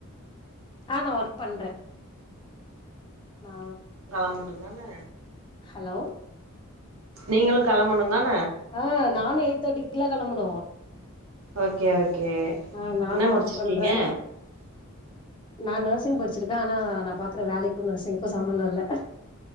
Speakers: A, on the left (about 25°); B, on the right (about 75°).
A: ஆ நா ஒர்க் பண்றே அ
B: களம்பனுந்தான
A: ஹலோ
B: நீங்களு களம்பனுந்தான
A: ஆ நானு எயிட் தேட்டிக்கில்லா கெளம்பனு
B: ஓகே ஓகே
A: ஆ நானு
B: இன்னா முடிச்சிருக்கீங்க
A: ஒர்க் பண்றே நா நர்சிங் படிச்சிருக்கே ஆனா நா பாக்குற வேலைக்கு நர்சிங்க்கு சம்மந்தோ இல்ல